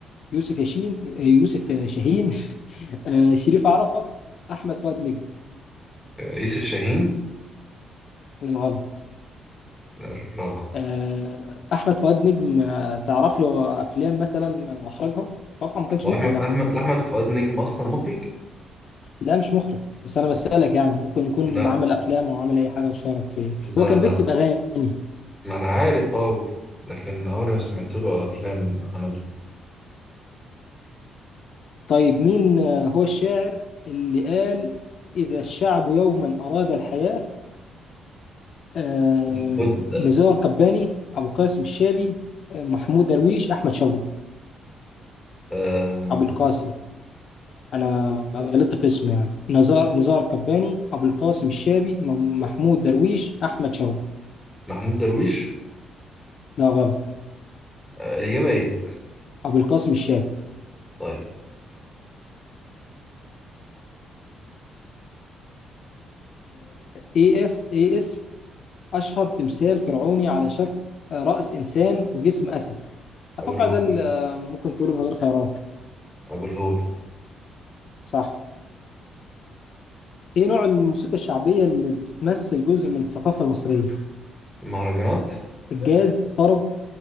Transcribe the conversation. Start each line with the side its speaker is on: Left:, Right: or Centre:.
Left: يوسف ياشين آه، يوسف شاهين <laughs> آه، شريف عرفه احمد فؤاد نجم
Centre: آه، يوسف شاهين
Left: لا، غلط
Centre: الرابع
Left: آه، احمد فؤاد نجم آه، تعرف له افلام مثلا واخرجها اتوقع ما كانش
Centre: هو
Left: مخرج
Centre: احمد احمد
Left: احمد
Centre: احمد فؤاد نجم اصلا مخرج
Left: لا مش مخرج بس انا بسألك يعني ممكن يكون
Centre: لا
Left: عمل افلام او عمل اي حاجه وشارك في إيه؟
Centre: لا
Left: هو كان
Centre: لا
Left: بيكتب اغاني
Centre: ما انا عارف اه لكن عمري ما سمعت له افلام عملها
Left: طيب مين آه، هو الشاعر اللي قال اذا الشعب يوما اراد الحياه آه،
Centre: بود
Left: نزار قباني ابو قاسم الشابي آه، محمود درويش احمد شوقي
Centre: آه
Left: ابو القاسم انا غلطت في اسمه يعني نزار نزار قباني ابو القاسم الشابي م- محمود درويش احمد شوقي
Centre: محمود درويش
Left: لا غلط
Centre: آه الاجابه ايه
Left: ابو القاسم الشابي
Centre: طيب
Left: ايه اس ايه أشهر تمثال فرعوني على شكل آه، رأس إنسان وجسم أسد أتوقع
Centre: ابو الهول
Left: ده اللي آه، ممكن تقوله من غير خيارات
Centre: ابو الهول
Left: صح إيه نوع الموسيقى الشعبية اللي بتمثل جزء من الثقافة المصرية
Centre: المهرجانات
Left: الجاز طرب